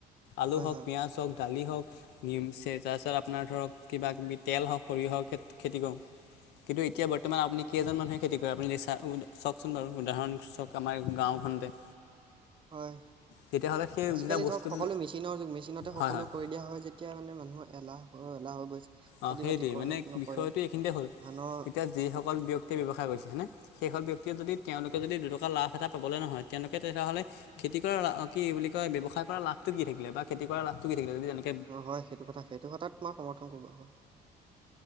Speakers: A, on the left (about 85°); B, on the right (about 30°).
A: আলু
B: হয়
A: হওক
B: হয়
A: পিয়াজ হওক দালি হওক। <unintelligible> তাৰপিছত আপোনাৰ ধৰক কিবা কিবি তেল হওক সৰিয়হ খেতি কৰোঁ। কিন্তু এতিয়া বৰ্তমান আপুনি কেইজন মানুহে খেতি কৰে আপুনি চাওকচোন বাৰু উদাহৰণটো চাওঁক। আমাৰ গাঁৱখনতে।
B: হয়।
A: তেতিয়াহ'লে
B: আজিকালি
A: যেতিয়া বস্তুটো
B: ধৰক সকলো মেচিনৰ যুগ মেচিনতে সকলো
A: হয় হয়
B: কৰি দিয়া হয় যেতিয়া মানে মানুহৰ এলাহ এলাহ হৈ গৈছে খেতি
A: অঁ সেইটোৱেই
B: বাতি
A: মানে
B: নকৰে
A: বিষয়টো এইখিনিতে হ'ল
B: ধানৰ
A: এতিয়া যিসকল ব্যক্তিয়ে ব্যৱসায় কৰিছে হয়নে। সেইসকল ব্যক্তিয়ে যদি তেওঁলোকে যদি দুটকা লাভ এটা পাবলে নহয় তেওঁলোকে তেতিয়াহ'লে খেতি কি বুলি কয় ৱ্যৱসায় কৰা লাভটো কি থাকিলে বা খেতি কৰা লাভটো কি থাকিলে যদি তেনে
B: অ' হয় সেইটো কথা সেইটো কথাত মই সমৰ্থন। <unintelligible>